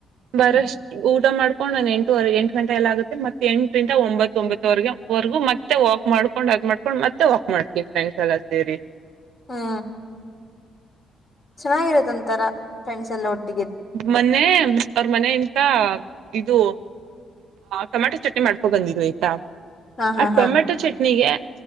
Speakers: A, on the right; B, on the left.
A: ಬರಷ್ಟ
B: ಹ್ಮ್
A: ಊಟ ಮಾಡ್ <unintelligible> ಎಂಟವರೆ ಎಂಟ ಗಂಟೆ ಎಲ್ಲ ಆಗುತ್ತೆ ಮತ್ತೆ ಎಂಟರಿಂದ ಒಂಬತ್ ಒಂಬತ್ವರೆಗೆ ವರೆಗೂ ಮತ್ತೆ ವಾಕ್ ಮಾಡ್ಕೊಂಡ್ ಅದ್ ಮಾಡ್ಕೊಂಡ್ ಮತ್ತೆ ವಾಕ್ ಮಾಡ್ತೀವಿ ಫ್ರೆಂಡ್ಸ್ ಎಲ್ಲ ಸೇರಿ
B: ಹಾ ಚೆನ್ನಾಗಿರದ ಒಂತರ ಫ್ರೆಂಡ್ಸ್ ಎಲ್ಲ ಒಟ್ಟ
A: ಮನ್ನೆ ಅವ್ರ ಮನ ಇಂತ ಇದು ಆ ಟೊಮ್ಯಾಟೊ ಚಟ್ನಿ ಮಾಡ್ಕೊಂಡ ಬಂದಿದ್ ಆಯ್ತಾ
B: ಹಾ ಹಾ
A: ಆ
B: ಹಾ
A: ಟೊಮೆಟೊ ಚಟ್ನಿಗೆ